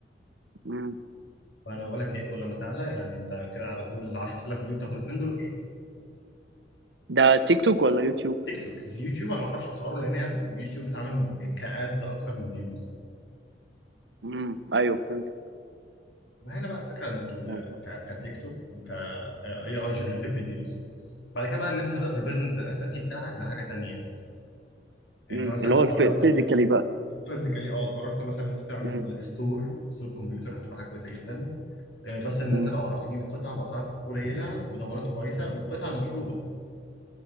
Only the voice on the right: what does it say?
امم
ده تيك توك ولا يوتيوب
امم ايوه فهمت
والله.
امم
اللي هو
فيزيكالي
بقى
امم
امم